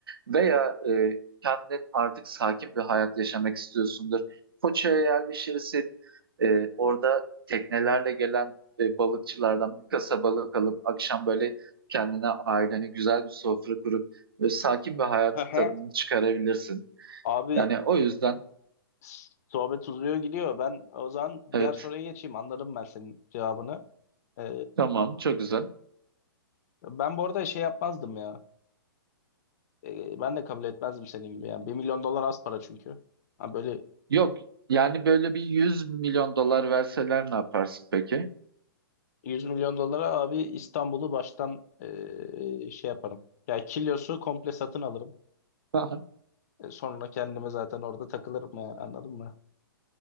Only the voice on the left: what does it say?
Haha.
Abi
s- sohbet uzuyor gidiyor. Ben o zaman
diğer soruya geçeyim. Anladım ben senin cevabını. Ee,
ben bu arada şey yapmazdım ya. Ee, ben de kabul etmezdim senin gibi. Yani 1 milyon dolar az para çünkü. Ha böyle
100 milyon dolara abi İstanbul'u baştan e, şey yaparım. Ya kilosu komple satın alırım.
E, sonra kendime zaten orada takılırım yani anladın mı?